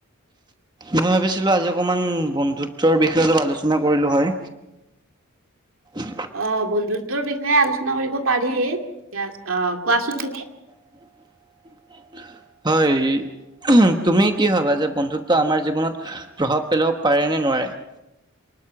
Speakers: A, on the right; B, on the right.
A: মই ভাবিছিলো আজি অকমান বন্ধুত্বৰ বিষয়ে অলপ আলোচনা কৰিলো হয়। <unintelligible>
B: অ বন্ধুত্বৰ বিষয়ে আলোচনা কৰিব পাৰি অ কোৱাচোন তুমি
A: <inaudible> হয়। তুমি কি ভাবা যে বন্ধুত্ব আমাৰ জীৱনত প্ৰভাৱ পেলাব পাৰে নে নোৱাৰে! <inaudible>